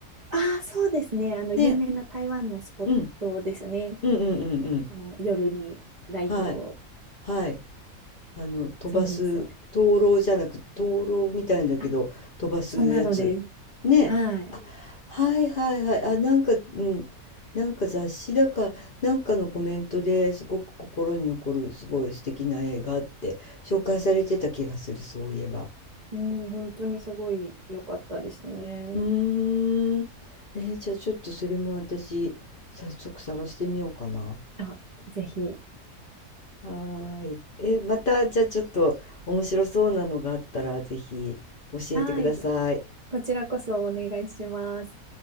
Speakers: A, on the right (about 40°); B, on the left (about 45°).
A: ああ、そうですね。あの、
B: ね。
A: 有名な台湾のスポットですよね。
B: うん。うんうんうんうん。
A: あの、夜にライトを。
B: はい。はい。あの飛ばす灯籠じゃなく灯籠みたいんだけど飛ばすやつ
A: そうです、そうです。あ、そんなのです。
B: ねあはいはいはいあなんかうんなんか雑誌だかなんかのコメントですごく心に残るすごい素敵な映画って紹介されてた気がするそういえば
A: はい。うん、本当にすごい良かったですね。
B: うーんえーじゃあちょっとそれも私早速探してみようかな
A: あ、ぜひ。
B: はーい。え、また、じゃあちょっと面白そうなのがあったら、ぜひ教えてください。
A: はい。こちらこそお願いします。